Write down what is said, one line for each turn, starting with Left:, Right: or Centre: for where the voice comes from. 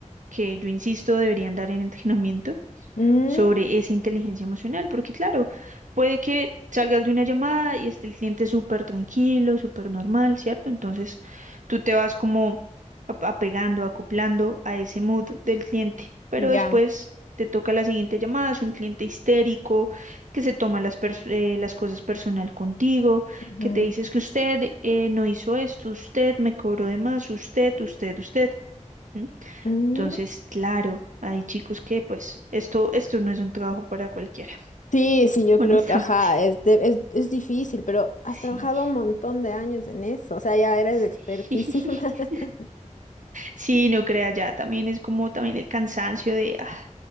Right: que yo insisto deberían dar en entrenamiento
Left: Mm,
Right: sobre esa inteligencia emocional, porque claro, puede que salgas de una llamada y esté el cliente súper tranquilo, súper normal, ¿cierto? Entonces tú te vas como ap- apegando, acoplando a ese mood del cliente, pero
Left: ya.
Right: después... Te toca la siguiente llamada, es un cliente histérico que se toma las, pers- eh, las cosas personal contigo,
Left: ujú.
Right: que te dices que usted eh, no hizo esto, usted me cobró de más, usted, usted, usted. ¿m?
Left: Mm.
Right: Entonces, claro, hay chicos que pues esto, esto no es un trabajo para cualquiera,
Left: Sí, sí,
Right: <laughs>
Left: yo
Right: honestamente.
Left: creo que, ajá, es, de- es, es difícil, pero has
Right: Sí,
Left: trabajado un montón de años en eso, o sea, ya eres
Right: sí.
Left: expertísima.
Right: <laughs>
Left: <laughs>
Right: Sí, no crea ya, también es como también el cansancio de, ah,